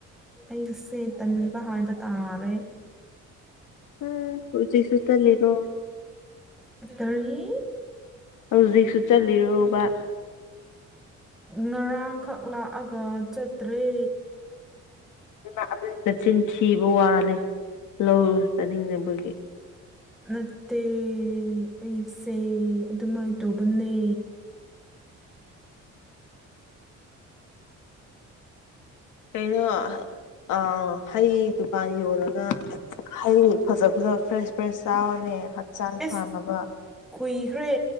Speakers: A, in the centre; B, on the left.
A: ꯑꯩꯁꯦ ꯇ ꯍꯕ ꯇꯥꯔꯦ
B: ꯍꯥ ꯍꯧꯖꯤꯛꯁꯨ ꯆ ꯂꯩꯔꯣ
A: ꯇꯔꯤ
B: ꯍꯧꯖꯤꯛꯁꯨ ꯆꯠꯂꯤꯔꯨꯕ
A: ꯉꯔꯥꯡꯈꯛ ꯂꯥꯛꯑꯒ ꯆꯠꯇ꯭ꯔꯦ
B: ꯑꯗꯨꯅ ꯑꯗꯨꯅꯆꯤꯟ ꯊꯤꯕ ꯋꯥꯅꯤ ꯂꯧꯔ ꯆꯥꯅꯤꯡꯅꯕꯒꯤ
A: ꯅꯠꯇꯦ ꯑꯩꯁꯦ ꯑꯗꯨꯃꯥꯏꯅ ꯇꯧꯕꯅꯦ
B: ꯀꯩꯅꯣ ꯑ ꯍꯩ ꯗꯨꯀꯥꯟ ꯌꯣꯜꯂꯒ ꯍꯩ ꯐꯖ ꯐꯖꯕ ꯐ꯭ꯔꯦꯁ ꯐ꯭ꯔꯦꯁ ꯆꯥꯔꯅꯦ ꯍꯛꯆꯥꯡ
A: ꯑꯦꯁ
B: ꯐꯥꯅꯕ
A: ꯀꯨꯏꯈ꯭ꯔꯦ